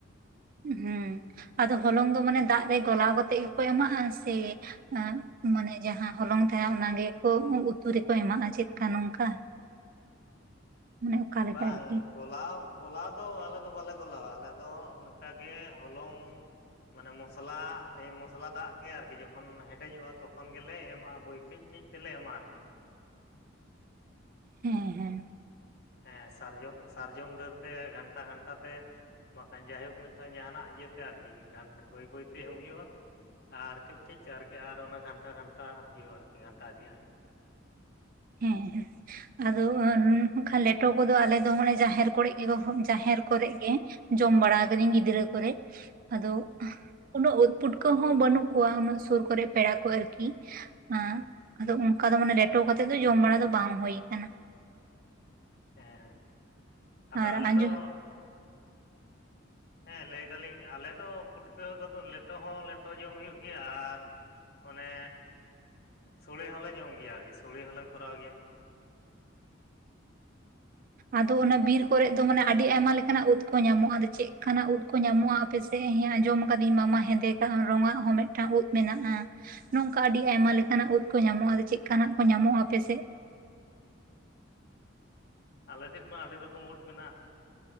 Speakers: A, on the right; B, on the left.
A: ᱦᱩᱸ ᱟᱫᱚ ᱦᱚᱞᱚᱝ ᱫᱚ ᱢᱟᱱᱮ ᱫᱟᱜ ᱨᱮ ᱜᱚᱞᱟᱣ ᱠᱟᱛᱮᱜ ᱜᱮᱠᱚ ᱮᱢᱟᱜᱼᱟ ᱥᱮ? ᱟᱜ ᱢᱟᱱᱮ ᱡᱟᱦᱟᱸ ᱦᱚᱞᱚᱝ ᱛᱟᱦᱮᱸ ᱚᱱᱟᱜᱮᱠᱚ ᱩᱛᱩ ᱨᱮᱠᱚ ᱮᱢᱟᱜᱼᱟ ᱪᱮᱜ ᱠᱟ ᱱᱚᱝᱠᱟ? ᱢᱟᱱᱮ ᱚᱠᱟᱞᱮᱠᱟ
B: ᱵᱟᱝ
A: ᱟᱨᱠᱤ
B: ᱾ ᱜᱚᱞᱟᱣ ᱜᱚᱞᱟᱣ ᱫᱚ ᱟᱞᱮ ᱫᱚ ᱵᱟᱞᱮ ᱜᱚᱞᱟᱣᱟ ᱟᱞᱮ ᱫᱚ ᱚᱱᱠᱟᱜᱮ ᱦᱚᱞᱚᱝ ᱢᱟᱱᱮ ᱢᱚᱥᱞᱟ ᱢᱚᱥᱞᱟ ᱫᱟᱜ ᱜᱮ ᱟᱨᱠᱤ ᱡᱚᱠᱷᱚᱱ ᱦᱮᱰᱮᱡᱚᱜᱼᱟ ᱛᱚᱠᱷᱚᱱ ᱜᱮᱞᱮ ᱮᱢᱟᱜᱼᱟ ᱵᱟᱹᱭ ᱠᱟᱹᱡ ᱠᱟᱹᱡ ᱛᱮᱞᱮ ᱮᱢᱟᱜ-ᱟ ᱟᱨᱠᱤ ᱾
A: ᱦᱮᱸ ᱦᱮᱸ ᱾
B: ᱦᱮᱸ ᱥᱟᱨᱡᱚᱢ ᱥᱟᱨᱡᱚᱢ ᱰᱟᱹᱨᱛᱮ ᱜᱷᱟᱱᱴᱟ ᱜᱷᱟᱱᱴᱟ ᱛᱮ ᱵᱟᱠᱷᱟᱱ ᱡᱟᱭᱦᱳᱠ ᱢᱤᱫᱴᱟᱝ ᱡᱟᱦᱟᱱᱟᱜ ᱤᱭᱟᱹᱛᱮ ᱟᱨᱠᱤ ᱜᱷᱟᱱ ᱵᱟᱹᱭ ᱵᱟᱹᱭᱛᱮ ᱮᱢ ᱦᱩᱭᱩᱜᱼᱟ ᱾ ᱟᱨ ᱠᱟᱹᱡ ᱠᱟᱹᱡᱛᱮ ᱟᱨᱠᱤ ᱟᱨ ᱚᱱᱟ ᱜᱷᱟᱱᱴᱟ ᱜᱷᱟᱱᱴᱟ ᱦᱩᱭᱩᱜᱼᱟ ᱟᱨᱠᱤ ᱜᱷᱟᱱᱴᱟ ᱤᱫᱤᱭᱟᱜ ᱾
A: ᱦᱮᱸ ᱦᱮᱸ ᱾ ᱟᱫᱚ ᱟᱻ ᱠᱷᱟᱱ ᱞᱮᱴᱚ ᱠᱚᱫᱚ ᱟᱞᱮ ᱫᱚ ᱢᱟᱱᱮ ᱡᱟᱦᱮᱨ ᱠᱚᱨᱮᱜ ᱜᱮ ᱦᱚᱢ ᱡᱟᱦᱮᱨ ᱠᱚᱨᱮᱜ ᱜᱮ ᱡᱚᱢ ᱵᱟᱲᱟ ᱠᱟᱹᱫᱟᱹᱧ ᱜᱤᱫᱽᱨᱟᱹ ᱠᱚᱨᱮᱜ ᱟᱫᱚ ᱩᱱᱟᱹᱜ ᱩᱫ ᱯᱩᱴᱠᱟᱹ ᱦᱚᱸ ᱵᱟᱹᱱᱩᱜ ᱠᱚᱣᱟ ᱩᱱᱟᱹᱜ ᱥᱩᱨ ᱠᱚᱨᱮᱜ ᱯᱮᱲᱟ ᱠᱚ ᱟᱨᱠᱤ ᱮᱸᱜ
B: ᱦᱩᱭᱩᱜᱼᱟ
A: ᱟᱫᱚ ᱚᱱ ᱠᱟᱫᱚ ᱢᱟᱱᱮ ᱞᱮᱴᱚ ᱠᱟᱛᱮᱫ ᱫᱚ ᱡᱚᱢ ᱵᱟᱲᱟ ᱫᱚ ᱵᱟᱝ ᱦᱩᱭ ᱠᱟᱱᱟ᱾
B: ᱦᱮᱸ ᱟᱫᱚ
A: ᱟᱨ
B: ᱟᱞᱮ
A: ᱟᱸᱡᱚᱢ
B: ᱫᱚ ᱦᱮᱸ ᱞᱟᱹᱭ ᱫᱟᱞᱤᱧ ᱟᱞᱮ ᱫᱚ ᱯᱩᱴᱠᱟᱹ ᱠᱚᱫᱚ ᱞᱮᱴᱚ ᱦᱚᱸ ᱞᱮᱴᱚ ᱡᱚᱢ ᱦᱩᱭᱩᱜ ᱜᱮᱭᱟ ᱟᱨ ᱚᱱᱮ ᱥᱳᱲᱮ ᱦᱚᱸᱞᱮ ᱡᱚᱢ ᱜᱮᱭᱟ ᱟᱨᱠᱤ ᱥᱳᱲᱮ ᱦᱚᱸᱞᱮ ᱠᱚᱨᱟᱣ ᱜᱮᱭᱟ᱾
A: ᱟᱫᱚ ᱚᱱᱟ ᱵᱤᱨ ᱠᱚᱨᱮᱫ ᱫᱚ ᱢᱟᱱᱮ ᱟᱹᱰᱤ ᱟᱭᱢᱟ ᱞᱮᱠᱟᱱᱟᱜ ᱩᱫ ᱠᱚ ᱧᱟᱢᱚᱜᱼᱟ, ᱟᱫᱚ ᱪᱮᱫ ᱞᱮᱠᱟᱱᱟᱜ ᱩᱫ ᱠᱚ ᱧᱟᱢᱚᱜᱼᱟ ᱟᱯᱮ ᱥᱮᱫ ᱦᱤ ᱟᱸᱡᱚᱢ ᱟᱠᱟᱫᱤᱧ ᱢᱟᱢᱟ ᱦᱮᱸᱫᱮ ᱠᱟᱜ ᱨᱚᱝᱟᱜ ᱦᱚᱸ ᱢᱤᱫᱴᱟᱝ ᱩᱫ ᱢᱮᱱᱟᱜᱼᱟ ᱱᱚᱝᱠᱟ ᱟᱹᱰᱤ ᱟᱭᱢᱟ ᱞᱮᱠᱟᱱᱟᱜ ᱩᱫ ᱠᱚ ᱧᱟᱢᱚᱜᱼᱟ ᱪᱮᱫᱠᱟᱱᱟᱜ ᱠᱚ ᱧᱟᱢᱚᱜᱼᱟ ᱟᱯᱮ ᱥᱮᱫ?
B: ᱟᱞ ᱥᱮᱫ ᱢᱟ ᱟᱹᱰᱤ ᱨᱚᱠᱚᱢ ᱩᱫ ᱢᱮᱱᱟᱜᱼᱟ᱾